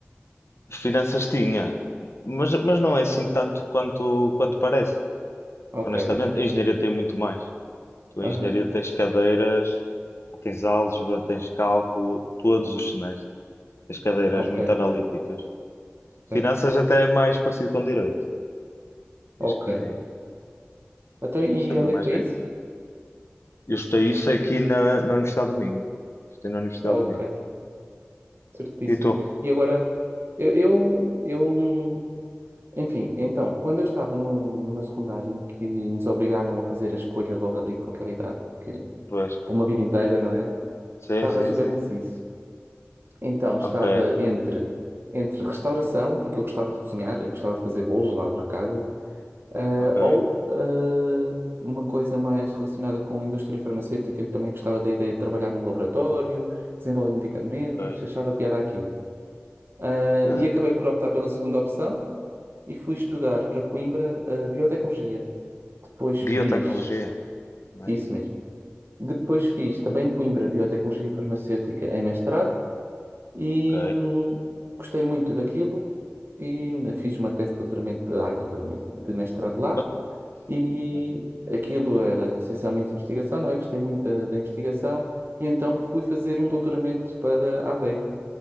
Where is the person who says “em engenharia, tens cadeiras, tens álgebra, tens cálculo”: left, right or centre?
Left